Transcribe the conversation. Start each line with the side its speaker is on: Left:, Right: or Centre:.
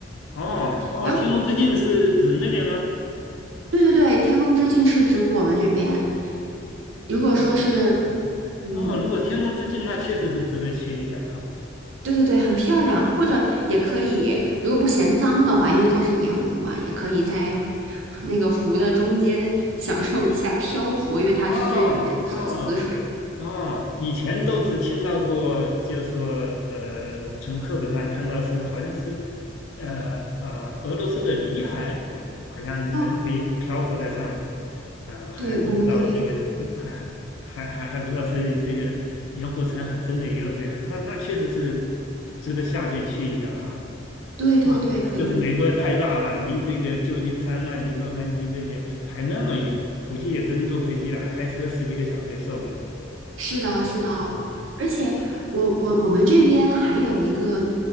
Left: 哦哦！
Right: 然后，
Left: 天空之镜是指那边吗？
Right: 对对对，天空之镜是指我们这边。如果说是，
Left: 哦哦，
Right: 嗯，
Left: 如果天空之镜，那确实是值得去一下哈。
Right: 对对对，很漂亮，或者也可以，如果不嫌脏的话，因为它是盐湖嘛，也可以在
Left: 啊
Right: <laughs> 那个湖的中间享受一下漂浮，因为它是盐水、
Left: 哦哦
Right: 死水。
Left: 啊，以前都只听到过，就说呃，从课本上看到是好像是，呃呃，俄罗斯的里海好像人可以漂浮在上面，
Right: 哦，
Left: 呃，还不知道这个，
Right: 对，我们这边，
Left: 嗯，还还还还不知道是这个盐湖城海真的也有这样，那那确实是值得夏天去一下哈。
Right: 对对对，
Left: 啊，<laughs>
Right: 可以，
Left: 就是美国太大了，离这个旧金山呐、离洛杉矶这些还那么远，估计也真坐飞机了，开车十几个小时也受不了。
Right: 是的，是的，
Left: 嗯，
Right: 而且我我我们这边还有一个，